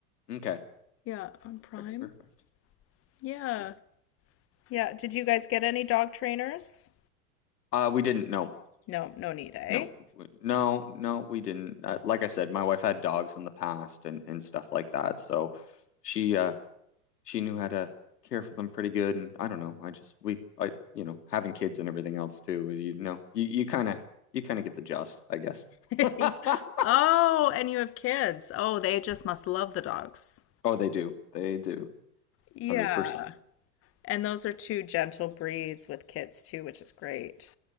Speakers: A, on the left (about 85°); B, on the left (about 30°).
A: okay.
B: Yeah, on
A: Perfect,
B: Prime.
A: perfect.
B: Yeah.
A: Perfect.
B: Yeah. Did you guys get any dog trainers?
A: Uh we didn't know.
B: No, no need, eh?
A: No, w- no, no, we didn't. Uh, like I said, my wife had dogs in the past and and stuff like that, so she uh she knew how to care for them pretty good. And I don't know, I just we I you know having kids and everything else too, you know, you you kind of you kind of get the gist, I guess.
B: <laughs>
A: <laughs>
B: Oh, and you have kids. Oh, they just must love the dogs.
A: Oh, they do, they do,
B: Yeah.
A: one hundred percent.
B: And those are two gentle breeds with kids too, which is great.